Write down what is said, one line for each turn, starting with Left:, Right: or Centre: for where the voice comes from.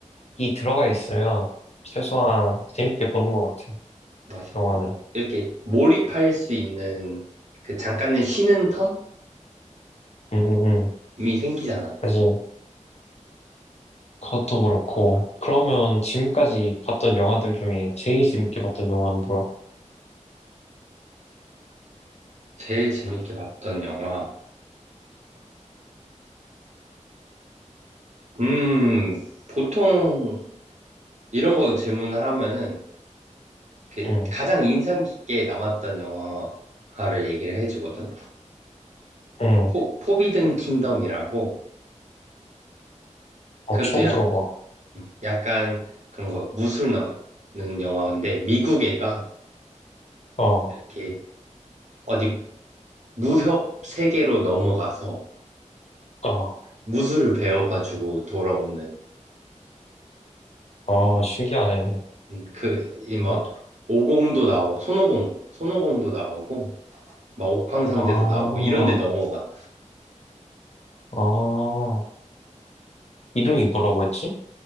Left: 들어가 있으면 최소한 재밌게 보는 것 같아,
Right: 맞아.
Left: 영화는.
Right: 이렇게 몰입할 수 있는 그 잠깐의 쉬는 텀이
Left: 음, 음, 음.
Right: 생기잖아.
Left: 그지. 그것도 그렇고. 그러면 지금까지 봤던 영화들 중에 제일 재밌게 봤던 영화는 뭐야?
Right: 제일 재밌게 봤던 영화. 음, 보통 이런 거 질문을 하면은 그
Left: 응,
Right: 가장 인상 깊게 남았던 영화를 얘기를 해주거든.
Left: 응.
Right: 포, 포비든 킹덤이라고
Left: 어,
Right: 그것도
Left: 처음
Right: 약,
Left: 들어봐.
Right: 약간 그런 거 무술 나오는 영화인데 미국 애가
Left: 어,
Right: 이렇게 어디 무협 세계로 넘어가서
Left: 어,
Right: 무술을 배워가지고 돌아오는
Left: 어, 신기하네.
Right: 음, 그, 이막
Left: 어,
Right: 오공도 나오고 손오공, 손오공도 나오고 막 옥황상제도
Left: 아,
Right: 나오고 이런 데 넘어가.
Left: 아. 이름이 뭐라고 했지?